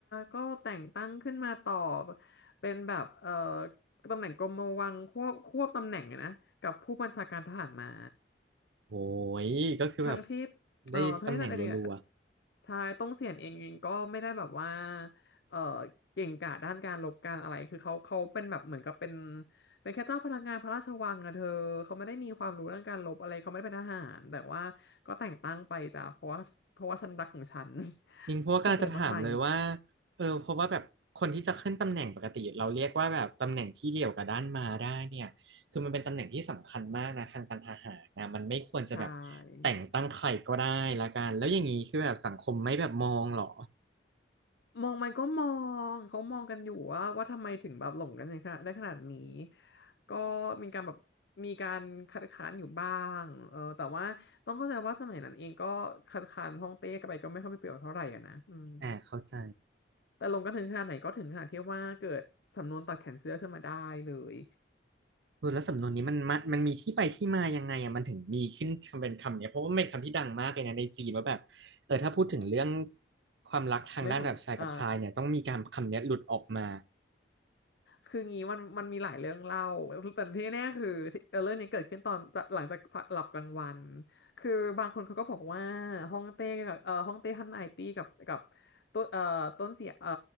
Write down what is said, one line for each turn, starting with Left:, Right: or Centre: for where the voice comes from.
Left: ก็แต่งตั้งขึ้นมาต่อเป็นแบบเออตำแหน่งกรมวังควบควบตำแหน่งอะนะกับผู้บัญชาการทหารม้า
Right: โอ้ยก็คือแบบ
Left: ทั้งที่
Right: ได้ตำแหน่งรัว
Left: เอ่อทั้งที่ท่านเองเนี่ยชายต้องเสียนเองเองก็ไม่ได้แบบว่าเอ่อเก่งกาจด้านการลบการอะไรคือเขาเขาเป็นแบบเหมือนกับเป็นเป็นแค่เจ้าพลังงานพระราชวังอะเธอเขาไม่ได้มีความรู้เรื่องการลบอะไรเขาไม่ได้เป็นทหารแต่ว่าก็แต่งตั้งไปจ้ะเพราะว่าเพราะว่าฉันรักของฉัน
Right: ๆจริงเพราะว่ากำลังจะถามเลยว่า
Left: <laughs> เข้าใจบ้างไหม
Right: เออเพราะว่าแบบคนที่จะขึ้นตำแหน่งปกติเราเรียกว่าแบบตำแหน่งที่เดี่ยวกับด้านมาได้เนี่ยคือมันเป็นตำแหน่งที่สำคัญมากนะทางการทหารนะมันไม่ควรจะแบบ
Left: ใช่
Right: แต่งตั้งใครก็ได้ละกันแล้วอย่างนี้คือแบบสังคมไม่แบบมองเหรอ
Left: มองไหมก็มองเขามองกันอยู่ว่าว่าทำไมถึงแบบหลงกันในขนาดได้ขนาดนี้ก็มีการแบบมีการคัดค้านอยู่บ้างเออแต่ว่าต้องเข้าใจว่าสมัยนั้นเองก็คัดค้านฮ่องเต้กันไปก็ไม่ค่อยมีประโยชน์เท่าไหร่อะนะอืม
Right: อ่าเข้าใจ
Left: แต่ลงกันถึงขนาดไหนก็ถึงขนาดที่ว่าเกิดสำนวนตัดแขนเสื้อขึ้นมาได้เลย
Right: เออแล้วสำนวนนี้มันมามันมีที่ไปที่มายังไงอ่ะมันถึงมีขึ้นคำเป็นคำเนี้ยเพราะว่ามันเป็นคำที่ดังมากเลยนะในจีนว่าแบบเออถ้าพูดถึงเรื่องความรักทางด้านแบบชายกับชายเนี่ยต้องมีการคำเนี้ยหลุดออกมา
Left: เรื่องของเอ่อ คืองี้มันมันมีหลายเรื่องเล่าแต่ที่แน่คือเออเรื่องนี้เกิดขึ้นตอนจะหลังจากหลับกลางวัน คือบางคนเขาก็บอกว่าฮ่องเต้กับเออฮ่องเต้ท่านนายตี้กับกับต้นเออต้นเสียเออ